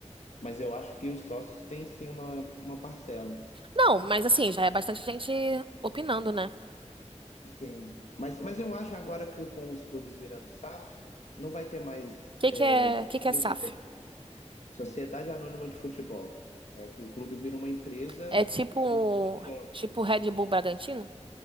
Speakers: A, on the left (about 75°); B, on the right (about 45°).
A: mas eu acho que os sócios têm sim uma, uma parcela.
B: Não, mas assim, já é bastante gente opinando, né? O
A: Sim. Mas, mas eu acho agora que com os clubes virando SAF, não vai ter mais
B: que que é, que que
A: presidente.
B: é SAF?
A: Sociedade Anônima de Futebol. É que o clube vira uma empresa
B: É tipo,
A: com um dono.
B: tipo Red Bull Bragantino?